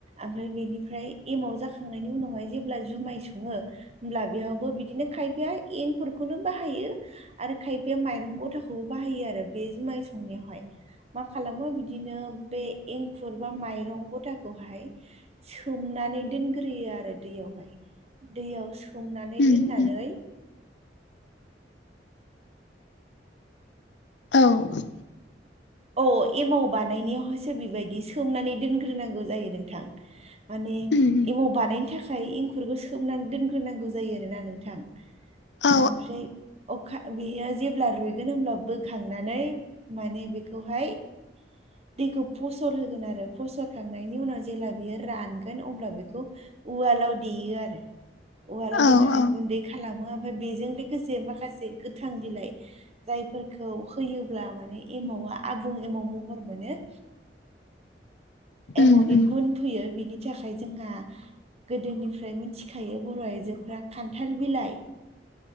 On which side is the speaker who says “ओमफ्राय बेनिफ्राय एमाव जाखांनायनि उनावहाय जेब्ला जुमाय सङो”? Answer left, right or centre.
Right